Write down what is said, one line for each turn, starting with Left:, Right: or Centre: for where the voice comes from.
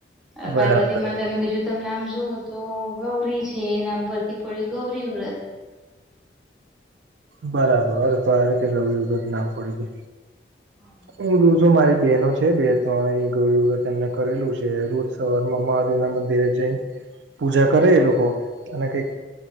Centre: આ પાર્વતી
Right: બરાબર
Centre: માતા અને બીજું તમે નામ જુઓ તો ગૌરી છે એ નામ પરથી પડ્યું ગૌરી વ્રત.
Right: બરાબર તો આ રીતે ગૌરીવ્રત નામ પડ્યું કે
Centre: હા
Right: હું રઉછુ મારી બેહેનો છે બે તણ ગૌરીવ્રત એમને કરેલું છે સવાર માં મહાદેવ ના મંદિરે જઈ પૂજા કરે એ લોકો અને કઈક